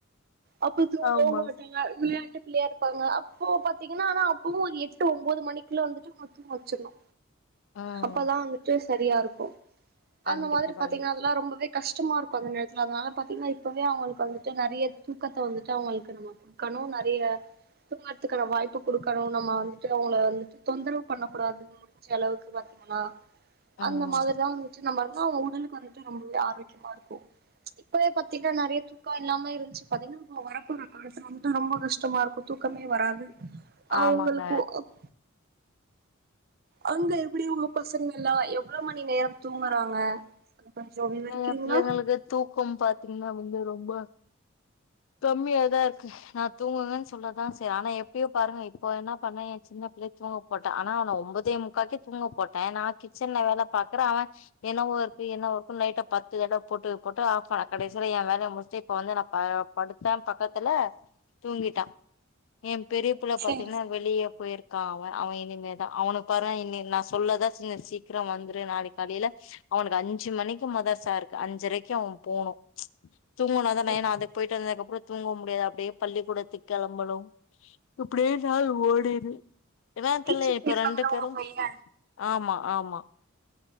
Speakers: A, on the right; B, on the left.
A: அப்போ தூங்கவே
B: ஆமா
A: மாட்டாஙக விளையாட்டு பிள்ளையா இருப் பாங்க அப்போ பாத்தீங்கன்னா ஆனா அப்பவு எட்டு ஒம்போது மணிக்குள்ள வந்துட்டு தூங்க வெச்சிடுவோ
B: ம்
A: அப்பதா வந்துட்டு சரியா இருக்கு
B: கண்டிப்பா
A: அந்த மாதிரி
B: செவன்
A: பாத்தீங்கன்னா
B: அப்டி
A: அதெல்லா ரொம்பவே கஷ்டமா இருக்கு அந்த நேரத்துல பாத்தீங்கன்னா இப்பவே அவங்களுக்கு வந்துட்டு நறைய தூக்கத்த வந்துட்டு அவங்களுக்கு நம்ம க்கனு நறைய தூங்கறதுக்கான வாய்ப்பு குடுக்கணு நம்ம வந்துட்டு அவங்க வந்துட்டு தொந்தரவு பண்ணக்கூடாது முடிஞ்ச அளவுக்கு பாத்தீங்கன்னா அந்த
B: ம்
A: மாதிரிலா வந்துட்டு நம்ம வந்து அவங்க உடலு க்கு வந்துட்டு ரொம்பவே ஆரோக்கியமா இருக்கு இப்பவே பாத்தீங்ன்னா நறைய தூ க்க இல்லாம இருந்ச்சு பாத்தீங்கன்னா நம்ம வரப்போற காலத்துல வந்து ரொம்ப கஷ்டமா இருக்கு தூக்கமே வராது அவுங்களுக்கு
B: ஆமாங்க
A: அப் அங்க எப்டி உங்க பசங்கல்லா எவ்ளோ மணி நேரம் தூங்குறாங்க கொஞ்சோ விவரிக்கிறீங்களா
B: ஏ பிள்ளைங்களுக்கு தூக்கம் பாத்தீங்கன்னா வந்து ரொம்ப கம்மியா தா இருக்கு நா தூங்குனுன் சொல்லதா செய் ஆனா எப்பயோ பாருங்க இப்போ என்ன பண்ணெ எ சின்ன பிள்ளைய தூங்க போட்ட ஆனா அவன ஒன்பதே முக்காக்கே தூங்க போட்டே நா கிச்சன்ல வேல பாக்குற அவ என்னவோ இருக்கு என்னவோ இருக்குன் லைட்ட பத்து தடவ போட்டு போட்டு ஆஃப் பண்ணா கடைசில எ வேலைய முச்ட்டு இப்ப வந்து நா ப படுத்தே பக்கத்துல தூங்கிட்டா எ பெரியப்புள்ள
A: சேரி
B: பாத்தீங்கன்னா
A: சேரி
B: வெளிய போயிருக் கா அவ அவ இனிமேதா அவனுக் பாருங்க இனி நா சொல்லதா செஞ்ச சீக்கிரோ வந்துரு நாளிக் காலையில அவனுக்கு அஞ்சு மணிக்கு மதர்சா இருக்கு அஞ்சரைக்கு அவ போனோ தூங்குனாதான
A: ம்
B: ஏனா அது போயிட்டு வந்ததுக்கப்றோ தூங்க முடியாது அப்டியே பள்ளிக்கூடத்துக் கெளம்பனோ இப்டியே நாள் ஓடிரு இன்னான்
A: பீச்சுக்கு
B: தெர்ல இப்ப
A: போயிருக்காங்களா
B: ரெண்டு பேரு
A: உங்க பைய
B: ஆமா ஆமா